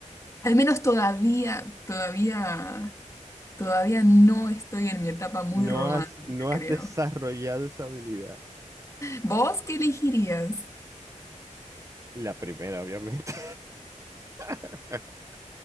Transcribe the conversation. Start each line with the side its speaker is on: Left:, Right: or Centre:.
Left: al menos todavía, todavía, todavía no estoy en mi etapa muy
Right: No
Left: romántica,
Right: has, no has
Left: creo.
Right: desarrollado esa habilidad.
Left: ¿Vos qué elegirías?
Right: La primera, obviamente. <laughs>